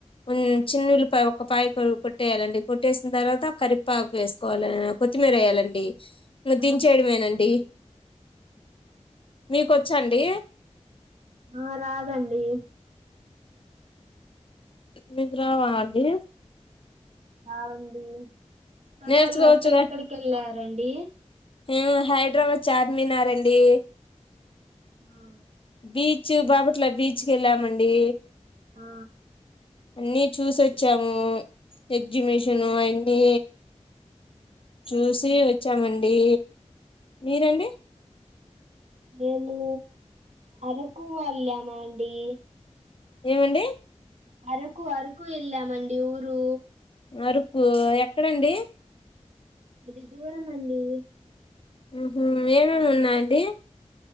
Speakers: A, on the left; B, on the right.
A: కొం
B: ఆ
A: చిన్నల్లిపాయ ఒ ఒకపాయ కొట్టేయాలండి కొట్టేసిన తర్వాత కరిపాకు వేసుకోవాల కొత్తిమీర వేయాలండి నువ్వు
B: ఆ
A: దించేయడమేనండి మీకొచ్చ అండి
B: ఆ రాదండి
A: మీకు రావ అండి
B: అవండి సలవుళ్ళో
A: నేర్చుకోవచ్చుగా
B: ఎక్కడెక్కడికి వెళ్ళారండి
A: మీము హైదరాబాద్ చార్మినారండి
B: ఆ
A: బీచ్ బీచ్ బాపట్లా బీచ్ కేళ్ళామండి
B: ఆ
A: అన్నిీ చూసొచ్చాము ఎగ్జిబిషన్ అన్నీ చూసి వచ్చామండి మీరండి
B: మేము అరకు వెళ్ళామండి
A: ఏమండి
B: అరకు అరకు వెళ్ళమండి ఊరు
A: అరకు ఎక్కడండి
B: అది దూరం అండి
A: అహ ఏమేం ఉన్నాయండి